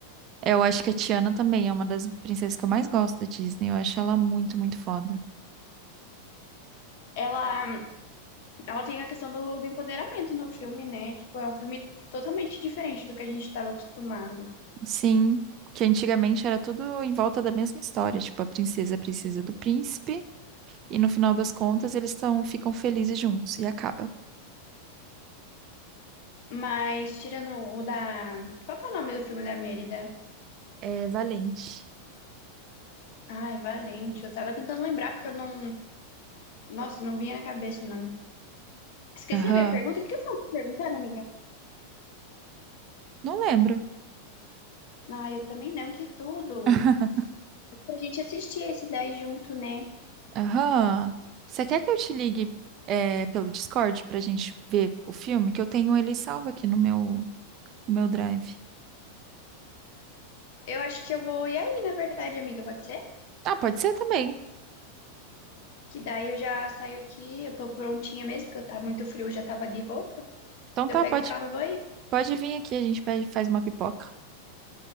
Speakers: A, on the right (about 35°); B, on the left (about 50°).
A: Eu acho que a Tiana também é uma das princesas que eu mais gosto da Disney. Eu acho ela muito, muito foda.
B: Ela ela tem a questão do, do empoderamento no filme, né? Tipo, é um filme totalmente diferente do que a gente estava acostumado.
A: Sim, que antigamente era tudo em volta da mesma história, tipo, a princesa precisa do príncipe e no final das contas eles tão, ficam felizes juntos e acaba.
B: Mas tirando o da. Qual que é o nome do filme da Mérida?
A: É valente.
B: Ai, Valente. Eu tava tentando lembrar, porque eu não. Nossa, não vinha na cabeça o nome. Esqueci
A: Aham.
B: a minha pergunta. O que eu tava te perguntando, amiga?
A: Não lembro.
B: Ah, eu também não, que tudo.
A: <laughs>
B: Pra gente assistir esse daí junto, né?
A: Aham. Você quer que eu te ligue é, pelo Discord pra gente ver o filme? Que eu tenho ele salvo aqui no meu, no meu Drive.
B: Eu acho que eu vou ir aí, na verdade, amiga, pode ser?
A: Ah, pode ser também.
B: Que daí eu já saio aqui, eu tô prontinha mesmo, porque eu tá muito frio, eu já tava de roupa.
A: Então
B: Eu
A: tá,
B: pego
A: pode,
B: o carro e vou aí.
A: pode vir aqui, a gente pede- faz uma pipoca.